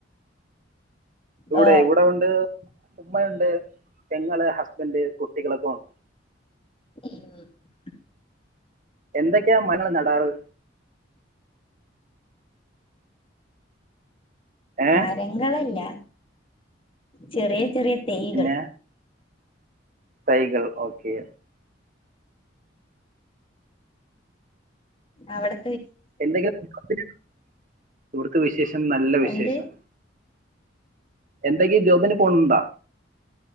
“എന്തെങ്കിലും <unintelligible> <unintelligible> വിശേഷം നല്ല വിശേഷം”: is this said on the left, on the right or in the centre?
Right